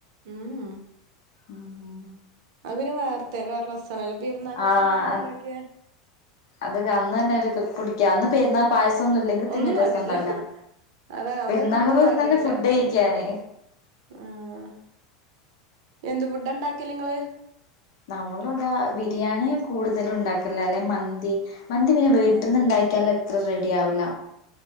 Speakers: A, on the right; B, on the left.
A: ഉം ഉം
B: മ്മ് മ്മ്
A: അത് പിന്നെ വേറ്ത്തെ വേറെ രസാണല്ലോ പെര്ന്നാക്കെക്കെന്താ
B: ആഹ്
A: ഫുഡ്ണ്ടാക്ക്യേ
B: അതൊക്കെ അന്നെന്നെ ഒര് കു കുടിക്കാ അന്ന് പെരുന്നാ പായസൊന്നുല്ലെങ്കിതന്നെ
A: ഒന്നും
B: ഒര്
A: വേണ്ടിട്ടില്ല
B: രസണ്ടാവില്ല
A: അതാ അന്ന്
B: പെരുന്നാള്
A: പിന്നെ ഒന്നും
B: പറിന്നെന്നെ
A: വേണ്ടിട്ടില്ല
B: ഫുഡ്ഡയിക്കാന്
A: ആഹ് എന്ത് ഫുഡാണ്ടാക്കല് ഇങ്ങള്
B: നമ്മള് ഇവടെ ബിരിയാണി കൂടുതലും ഇണ്ടാക്കല് അല്ലെ മന്തി മന്തി പിന്നെ വീട്ട്ന്ന്
A: ആഹ്
B: ഇണ്ടാക്കിയാലത്ര റെഡിയാവൂല